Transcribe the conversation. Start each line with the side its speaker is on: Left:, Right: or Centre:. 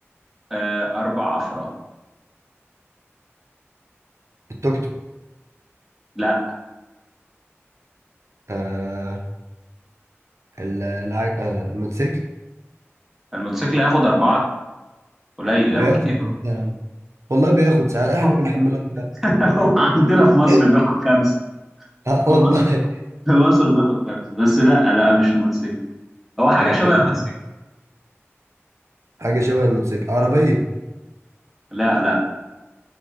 Centre: آه، اربع افراد
Right: التوك توك
Centre: لا
Right: آه ال- الع... آه الموتوسيكل
Centre: الموتوسيكل هياخد اربعه قليل
Right: بياخد
Centre: او كتير
Right: ولا
Centre: أوي.
Right: إيه يا عم. والله بياخد ساعات احنا
Centre: <laughs>
Right: بنحملها أربعة
Centre: هو عندنا في مصر
Right: <laughs>
Centre: بياخد خمسه
Right: اه
Centre: في
Right: والله
Centre: مصر في مصر بياخد خمسه بس لا لا مش الموتوسيكل هو حاجه
Right: طب
Centre: شبه
Right: ال...
Centre: الموتوسيكل
Right: حاجة شبه الموتوسيكل عربية
Centre: لا لا